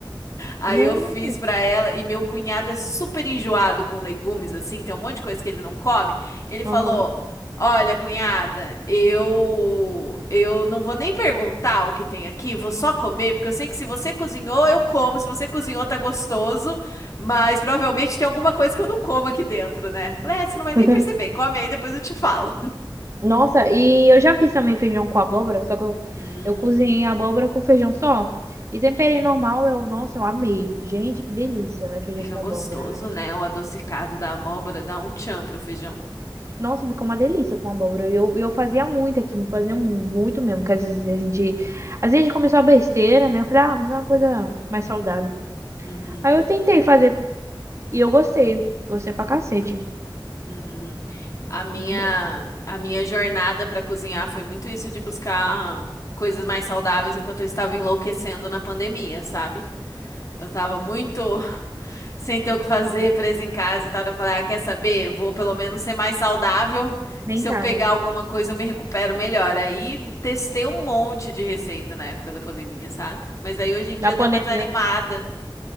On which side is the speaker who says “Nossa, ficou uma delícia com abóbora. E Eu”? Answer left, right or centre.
Right